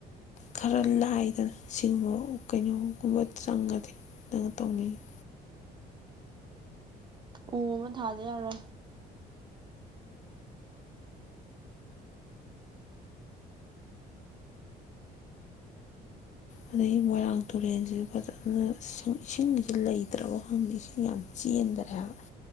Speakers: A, on the left; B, on the right.
A: ꯈꯔ ꯂꯥꯏꯗꯅ ꯑꯁꯤꯒꯨꯝꯕ ꯀꯩꯅꯣꯒꯨꯝꯕ ꯆꯪꯉꯗꯤ ꯅꯪ ꯇꯧꯅꯤꯡꯉꯤ
B: ꯎ ꯃ ꯊꯥꯗꯦ ꯌꯥꯔ
A: ꯑꯗꯩ ꯃꯣꯏꯔꯥꯡ ꯇꯨꯔꯦꯟꯁꯤ ꯐꯖꯅ ꯏꯁꯤꯡꯁꯤ ꯂꯩꯇ꯭ꯔꯕ ꯈꯪꯗ ꯏꯁꯤꯡ ꯌꯥꯝ ꯆꯦꯟꯊꯔꯦ ꯍꯥꯏꯕ